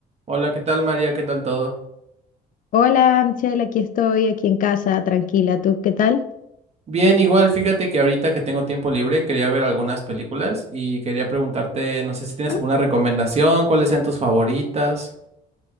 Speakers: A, on the right; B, on the left.
A: Hola, ¿qué tal María? ¿Qué tal todo?
B: Hola, Michelle, aquí estoy, aquí en casa, tranquila. ¿Tú qué tal?
A: Bien, igual fíjate que ahorita que tengo tiempo libre quería ver algunas películas y quería preguntarte, no sé si tienes
B: Ah,
A: alguna recomendación, cuáles sean tus favoritas.